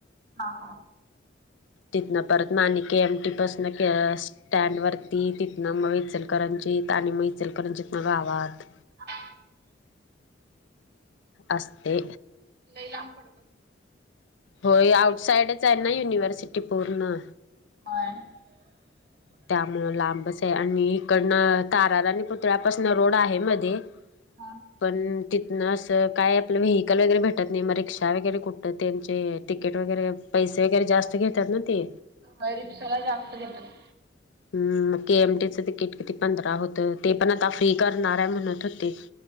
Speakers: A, on the right (about 60°); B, on the left (about 75°).
A: ह ह
B: तिथनं परत ना आणि के एमटी पासन स्टँड वरती तिथनं मग इचलकरांची आणि मग इचलकरंजीत नव आवात
A: हा
B: असस्ते
A: लई लांब पडतो
B: होय आउटसाईडच आहे ना युनिव्हर्सिटी पूर्ण
A: ह
B: त्यामुं लांबच आहे आणि इकडनं ताराराणी आणि पुतळ्यापासून रोड आहे मध्ये
A: हां
B: पण तिथनं असं काय आपलं व्हेिकल वगैरे भेटत नाही मग रिक्षा वगैरे कुठं त्यांचे तिकीट वगैरे पैसे वगैरे जास्त घेतात ना ते.
A: अय रिक्षाला जास्त घेतात.
B: हमहम्म मग के एमटीचं तिकीट किती, पंधरा होतं. ते पण आता फ्री करणार आहे म्हणत होते.